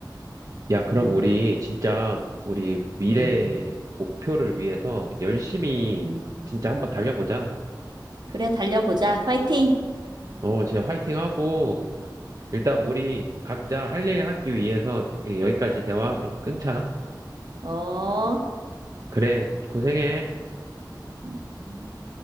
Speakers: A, on the right; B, on the right.
A: 야, 그럼
B: 음,
A: 우리 진짜 우리 미래
B: 음,
A: 목표를 위해서 열심히
B: 음.
A: 진짜 한번 달려보자.
B: 그래, 달려보자. 화이팅!
A: 어, 진짜 화이팅하고 일단 우리 각자 할 일 하기 위해서 여기까지 대화 끊자.
B: 어.
A: 그래, 고생해.
B: 음.